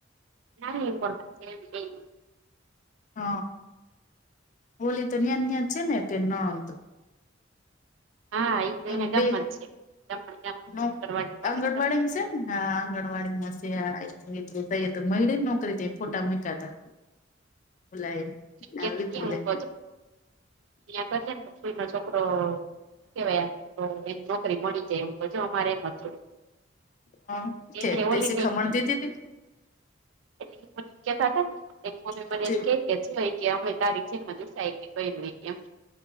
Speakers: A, on the right; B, on the left.
A: ના એ બ <inaudible>
B: હ, હોલી તો ન્યા ન્યા છે ને કે નણંત.
A: હા ઈ તો અહીંયા
B: એમ બે
A: ગામમાં જ છે ગામમાં ને ગામમાં
B: ન
A: જ
B: આંગણવાડીન
A: આંગણવાડી નોકરી કરતી
B: સે. હા આંગણવાડીમાં સે <inaudible> ત મયડી જ નોકરી તે ખોટા મૂયકા તા. ઓલા એ
A: થી
B: આ
A: કજ
B: વિપુલે
A: <inaudible> કર ને સુઈ ન છોકરો કેવાય તો એક નોકરી મળી જે એ કજ અમારે એમ જ
B: હા
A: છે એને
B: કે તે
A: ઓલી
B: સીખામણ
A: ને એટલે
B: દીધી તીતી.
A: <inaudible> કેતા તા એક <inaudible> મ
B: ઠેક
A: કે છેકે અમે તારી જેમ દાસાઈ કે કે કયરુ એમ.